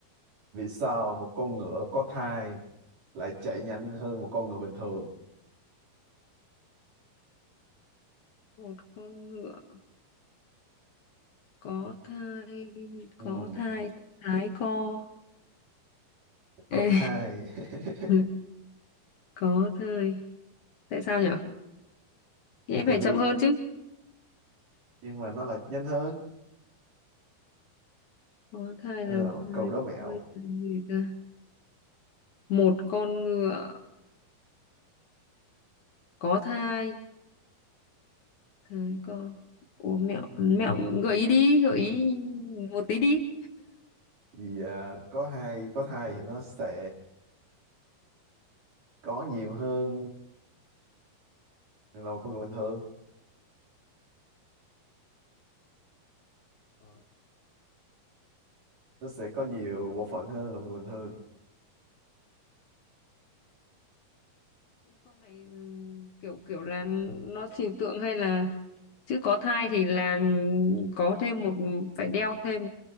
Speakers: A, on the right (about 55°); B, on the left (about 55°).
A: vì sao một con ngựa có thai lại chạy nhanh hơn một con ngựa bình thường
B: Một con ngựa có thai,
A: ừ,
B: có thai, thái co.
A: có
B: Ê,
A: thai <laughs>
B: <laughs> có thai. Tại sao nhở? Thì em
A: tại
B: phải
A: vì
B: chậm hơn chứ.
A: nhưng mà nó lại nhanh hơn
B: Có thai
A: Ờ,
B: là thai.
A: câu đố mẹo
B: Nuôi là gì ta? Một con ngựa có thai. Thai con. Ủa mẹo, mẹo gợi ý đi, gợi ý một tí đi.
A: vì à, có hai có thai thì nó sẽ có nhiều hơn là một con người bình thường
B: Có.
A: nó sẽ có nhiều bộ phận hơn là một người bình thường
B: Cái câu này ừ, kiểu kiểu là nó trừu tượng hay là chữ có thai thì là có thêm một phải đeo thêm